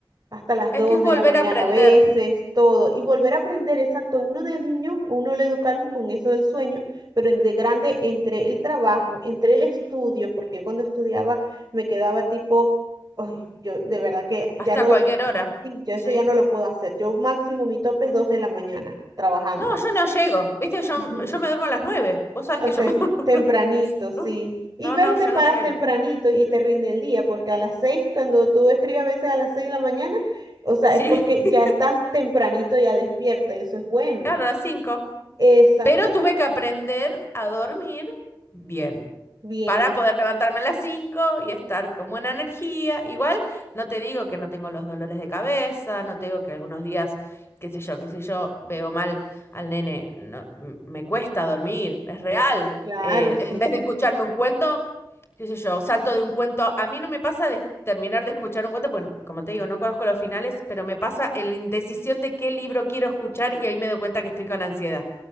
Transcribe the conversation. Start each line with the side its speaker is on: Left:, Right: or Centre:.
Right: hasta las
Left: es
Right: 2
Left: que es volver
Right: de la mañana
Left: a aprender
Right: a veces, todo, y volver a aprender, exacto, uno de niño, uno le educaron con eso del sueño, pero de grande entre el trabajo, entre el estudio, porque cuando estudiaba me quedaba tipo, ay, yo de verdad que ya
Left: hasta
Right: no
Left: cualquier
Right: lo,
Left: hora.
Right: sí, yo eso
Left: Sí.
Right: ya no lo puedo hacer, yo máximo mi tope es 2 de la mañana trabajando.
Left: No, yo no llego. Viste, yo,
Right: Ujú.
Left: yo me duermo a las nueve. Vos sabés
Right: Usted,
Left: que yo me <laughs> duermo.
Right: tempranito,
Left: No.
Right: sí. Y
Left: No,
Right: pero
Left: no,
Right: te
Left: yo
Right: paras
Left: no llego.
Right: tempranito y te rinde el día, porque a las seis, cuando tú escribes a veces a las seis de la mañana, o sea,
Left: Sí,
Right: es porque
Left: <laughs>
Right: ya estás tempranito, ya despierta, y eso es bueno.
Left: claro, a las cinco.
Right: Exacto.
Left: Pero tuve que aprender a dormir bien.
Right: Bien,
Left: para poder levantarme a las 5 y estar con buena energía. Igual, no te digo que no tengo los dolores de cabeza, no te digo que algunos días, qué sé yo, qué sé yo, veo mal al nene, no, m- me cuesta dormir, es real.
Right: claro,
Left: Eh,
Right: sí,
Left: en vez
Right: sí,
Left: de escucharme un cuento, qué sé yo, salto de un cuento. A mí no me pasa de terminar de escuchar un cuento, pues como te digo, no conozco los finales, pero me pasa en la indecisión de qué libro quiero escuchar y ahí me doy cuenta que estoy con ansiedad.